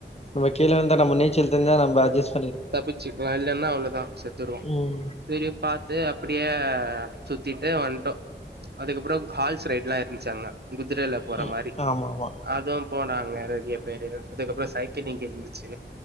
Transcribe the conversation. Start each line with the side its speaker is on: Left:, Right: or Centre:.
Left: நம்ம கீழே இருந்தா நம்ம நீச்சல் தெரிஞ்சா நம் ம அட்ஜஸ்
Right: தப்பிச்சுகலாம் இல்லனா அவ்வளதா செத்துடுவோ
Left: ம்.
Right: சேரி பாத்து அப்படியே சுத்திட்டு வந்துட்டோ அதுக்கப்பற ஹால்ஸ் ரைட்லாம் இருந்துச்சு அங்க குதிரையில போற
Left: ம்.
Right: மாரி
Left: ஆமாமா.
Right: அதும் போனாங்க நெறைய பேரு அதுக்கப்பற சைக்கிளிங் இருந்துச்சு